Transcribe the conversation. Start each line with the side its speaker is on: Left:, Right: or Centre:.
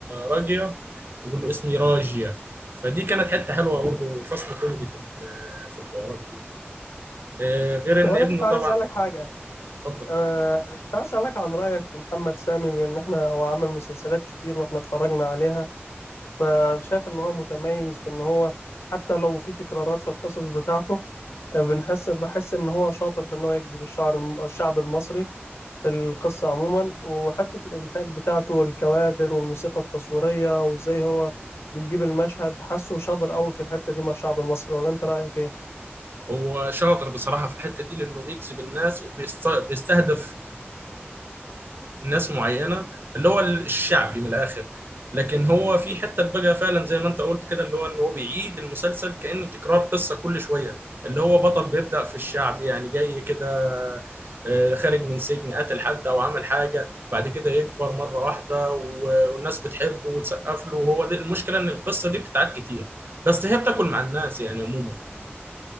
Right: راجيا تقول له اسمي راجيا فدي كانت حته حلوه برضه فصل كوميدي في ال- في الحوارات دي آه، غير ان
Left: طب انا
Right: ابنه
Left: كنت عايز
Right: طبعا
Left: اسالك حاجه
Right: اتفضل
Left: آه كنت عايز اسالك عن رايك في محمد سامي بان احنا هو عمل مسلسلات كتير واحنا اتفرجنا عليها فشايف ان هو متميز في ان هو حتى لو في تكرارات في القصص بتاعته بنحس بحس ان هو شاطر في ان هو يجذب الشعر الشعب المصري في القصة عموما وحتة الانتاج بتاعته الكوادر والموسيقى التصويرية وازاي هو بيجيب المشهد حاسه شاطر قوي في الحتة دي مع الشعب المصري ولا انت رأيك ايه
Right: هو شاطر بصراحة في الحتة دي لأنه بيجذب الناس وبيستهدف ناس معينة اللي هو الشعبي من الآخر لكن هو في حتة بقى فعلا زي ما أنت قلت كده اللي هو إن هو بيعيد المسلسل كأنه تكرار قصة كل شوية اللي هو بطل بيبدأ في الشعب يعني جاي كده آه، خارج من سجن قتل حد أو عمل حاجة بعد كده يكبر مرة واحدة و- والناس بتحبه وتسقف له وهو دي المشكلة إن القصة دي بتتعاد كتير بس هي بتاكل مع الناس يعني عموما